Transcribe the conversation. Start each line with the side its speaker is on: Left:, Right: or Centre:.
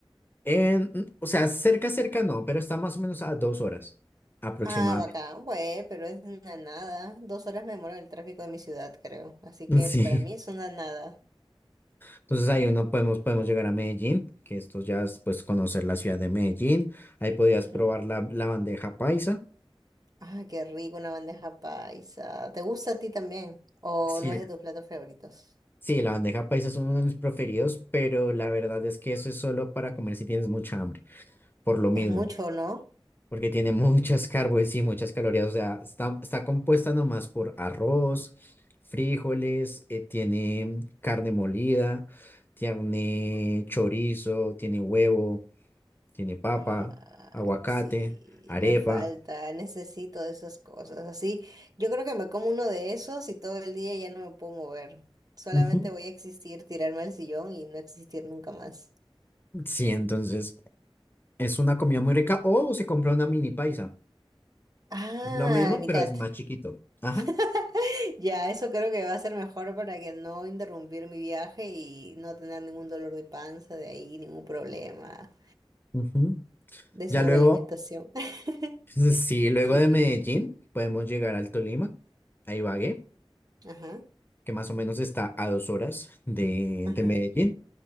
Left: En- o sea, cerca, cerca no, pero está más o menos a dos horas aproximadamente.
Right: Ah, bacán, güey, pero es una nada. Dos horas me demoro en el tráfico de mi ciudad, creo. Así
Left: <laughs>
Right: que
Left: Sí.
Right: para mí es una nada.
Left: Entonces ahí uno podemos, podemos llegar a Medellín, que esto ya es pues conocer la ciudad de Medellín. Ahí podías
Right: Ujú.
Left: probar la, la bandeja paisa.
Right: Ah, qué rico una bandeja paisa. ¿Te gusta a ti también? ¿O
Left: Sí,
Right: no es de tus platos favoritos?
Left: Sí, la bandeja paisa es uno de mis preferidos, pero la verdad es que eso es solo para comer si tienes mucha hambre, por lo mismo,
Right: Es mucho, ¿no?
Left: porque tiene <laughs> muchas carbos y muchas calorías, o sea, está, está compuesta nomás por arroz, frijoles, eh, tiene carne molida, tiene chorizo, tiene huevo. tiene papa,
Right: Ay,
Left: aguacate,
Right: sí,
Left: arepa.
Right: me falta, necesito de esas cosas. Así, yo creo que me como uno de esos y todo el día ya no me puedo mover. Solamente
Left: Ujú.
Right: voy a existir, tirarme al sillón y no existir nunca más.
Left: Sí, entonces es una comida muy rica o se compra una mini paisa.
Right: Ah,
Left: Es lo mismo,
Right: la mitad.
Left: pero es más chiquito. Ajá.
Right: <laughs> Ya, eso creo que va a ser mejor para que no interrumpir mi viaje y no tener ningún dolor de panza de ahí, ningún problema
Left: Ujú.
Right: de
Left: Ya
Right: sobrealimentación.
Left: luego,
Right: <laughs>
Left: <laughs> sí, luego
Right: Sí,
Left: de Medellín podemos llegar al Tolima, a Ibagué,
Right: ajá,
Left: que más o menos está a dos horas de,
Right: ajá,
Left: de Medellín.